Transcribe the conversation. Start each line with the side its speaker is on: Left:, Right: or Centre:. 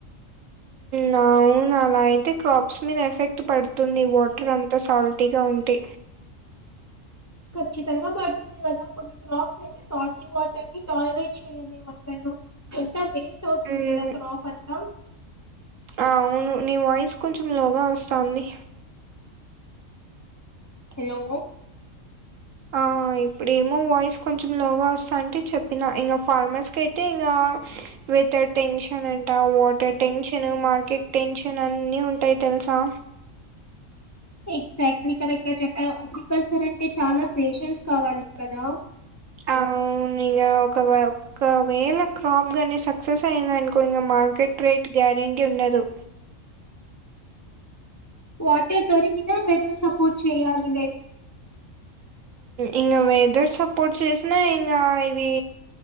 Right: నా అవును అలా అయితే క్రాప్స్ మీద ఎఫెక్ట్ పడుతుంది వాటర్ అంత సాల్టీ గా ఉంటే
Left: ఖచ్చితంగా పడుతుంది కదా కొన్ని క్రాప్స్ అయితే సాల్టి వాటర్ టాలరేట్ చేయలే వసలు ఎంత వేస్ట్ అవుతుంది
Right: మ్మ్
Left: కదా క్రాప్ అంతా
Right: అవును నీ వాయిస్ కొంచెం లోగా వస్తొంది
Left: హలో
Right: ఆ ఇప్పుడేమో వాయిస్ కొంచెం లోగా వస్తాంటే చెప్పినా ఇంగ ఫార్మర్స్ కయితే ఇంగా వితర్ టెన్షన్ అంటా వాటర్ టెన్షన్ మార్కెట్ టెన్షన్ అన్ని ఉంటాయి తెలుసా
Left: ఎగ్జాక్ట్లీ కరెక్ట్ గా చెప్పావ్ అగ్రికల్చర్ అంటే చాలా పేషెన్స్ కావాలి కదా
Right: అవును ఇంగా ఒక ఒకవేళ క్రాప్ గాని సక్సెస్ అయిందనుకో ఇంగ మార్కెట్ రేట్ గ్యారెంటీ ఉండదు
Left: వాటర్ దొరికిిన వెదర్ సపోర్ట్ చేయాలిలే
Right: ఇంగ వెదర్ సపోర్ట్ చేసినా ఇంగా ఇవి